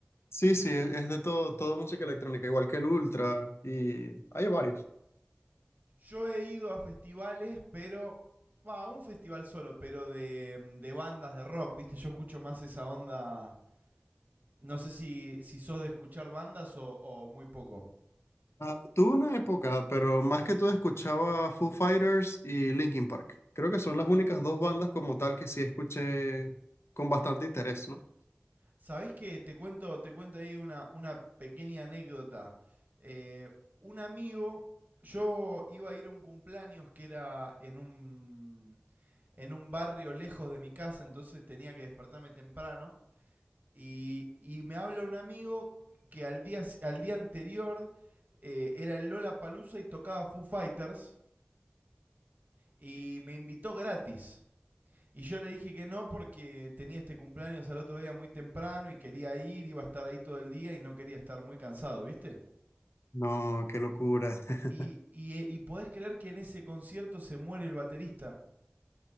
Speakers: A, on the left; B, on the right.
A: Sí, sí, es es de todo, todo música electrónica, igual que el Ultra y hay varios.
B: Yo he ido a festivales, pero. Va, un festival solo, pero de, mm, de bandas de rock, ¿viste? Yo escucho más esa onda. No sé si, si sos de escuchar bandas o, o muy poco.
A: Ah, tuve una época, pero más que todo escuchaba Foo Fighters y Linkin Park. Creo que son las únicas dos bandas como tal que sí escuché con bastante interés, ¿no?
B: ¿Sabés qué? Te cuento, te cuento ahí una, una pequeña anécdota. Eh, un amigo, yo iba a ir a un cumpleaños que era en un, en un barrio lejos de mi casa, entonces tenía que despertarme temprano. Y, y me habla un amigo que al día, al día anterior eh, era el Lola Palusa y tocaba Foo Fighters y me invitó gratis. Y yo le dije que no porque tenía este cumpleaños al otro día muy temprano y quería ir, iba a estar ahí todo el día y no quería estar muy cansado, ¿viste?
A: No, qué locura, <laughs>
B: Y, y, eh, y podés creer que en ese concierto se muere el baterista.